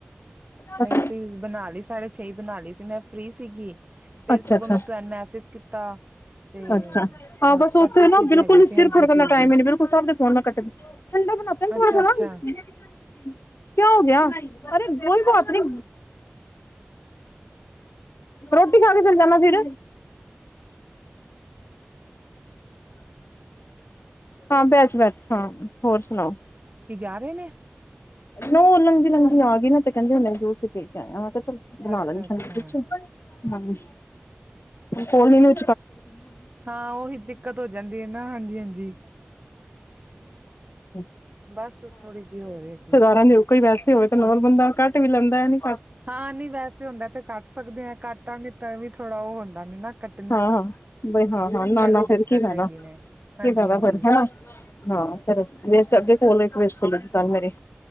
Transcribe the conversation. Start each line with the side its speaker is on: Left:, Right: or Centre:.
Left: ਬਸ
Right: ਨਹੀਂ ਸਬਜੀ ਬਣਾ ਲਈ ਸਾਢੇ ਛੇ ਹੀ ਬਣਾ ਲਈ ਸੀ ਮੈਂ ਫ੍ਰਰੀ ਸੀਗੀ। ਫੇਰ
Left: ਅੱਛਾ
Right: ਸਗੋਂ
Left: ਅੱਛਾ
Right: ਮੈਂ ਤੁਹਾਨੂੰ ਮੈਸੇਜ ਕੀਤਾ। ਤੇ
Left: ਅੱਛਾ,
Right: ਅ
Left: ਹਾਂ ਬਸ ਉੱਥੇ
Right: ਪਰ ਤੁਸੀਂ
Left: ਨਾ ਬਿਲਕੁਲ
Right: ਹੈਗੇ
Left: ਈ
Right: ਸੀ ਹਾਂਜੀ
Left: ਸਿਰ ਖ਼ੁਰਕਣ
Right: ਬਿਜੀ
Left: ਦਾ ਟਾਈਮ ਈ ਨੀ ਬਿਲਕੁਲ ਸਬ ਦੇ ਫੋਨ ਮੈਂ ਕੱਟ ਠੰਡਾ ਬਣਾਦਾ ਥੋੜਾ-ਥੋੜਾ।
Right: ਅੱਛਾ ਅੱਛਾ
Left: ਕਿਆ ਹੋ ਗਿਆ ਅਰੇ ਕੋਈ ਬਾਤ ਨੀ। ਰੋਟੀ ਖਾ ਕੇ ਚਲੇ ਜਾਣਾ ਫਿਰ। ਹਾਂ ਭੇਟ ਭੇਟ ਹਾਂ ਹੋਰ ਸੁਣਾਓ।
Right: ਇਹ ਜਾ ਰਹੇ ਨੇ।
Left: ਨਾ ਉਹ ਲਹੰਗਦੀ ਲਹੰਗਦੀ ਆ ਗਈ ਨਾ ਤੇ ਕਹਿੰਦੇ ਹੁਣੇ ਜੁਸੀ ਪੀ ਕੇ ਆਇਆ ਮੈਂ ਕਿਹਾ ਚਲ ਬਣਾ
Right: ਅੱਛਾ
Left: ਲੈਂਦੀ
Right: ਅੱਛਾ
Left: ਕੁਛ। ਹਾਂਜੀ, ਕੋਲੀ ਨੂੰ
Right: ਹਾਂ ਉਹੀ ਦਿੱਕਤ ਹੋ ਜਾਂਦੀ ਹੈ ਨਾ ਹਾਂਜੀ ਹਾਂਜੀ
Left: <inaudible> <inaudible>
Right: ਬਸ ਥੋੜੀ ਜੀ ਹੋਵੇਗੀ।
Left: ਰਹਿੰਦੇ ਹੋਏ ਕੋਈ ਵੈਸੇ ਹੋਵੇ ਤਾਂ ਨੋਨ ਬੰਦਾ ਕੁੱਟ ਵੀ ਲੈਂਦਾ ਐ ਨੀ
Right: ਹਾਂ ਨੀ ਵੈਸੇ ਹੁੰਦਾ ਤੇ ਕੱਟ ਸਕਦੇ ਆ ਕਾਟਾ- ਮਿਟਾ ਵੀ ਥੋੜਾ ਉਹ ਹੁੰਦਾ ਨੇ ਨਾ ਕਟ
Left: ਹਾਂ-ਹਾਂ ਬਈ ਹਾਂ-ਹਾਂ ਨਾ-ਨਾ
Right: ਦਿੱਕਤ
Left: ਫੇਰ ਕਿ ਫਾਇਦਾ
Right: ਹੈਗੀ ਨੇ ਹਾਂਜੀ
Left: ਕਿ ਫੈਦਾ
Right: ਹਾਂਜੀ
Left: ਫੇਰ ਹਨਾ। ਹਾਂ ਫਿਰ ਵੇਸਟ ਅਗੇ ਕੋਲ ਇੱਕ ਵੇਸਟ ਚਲੇਗੇ ਕੋਲ ਮੇਰੇ।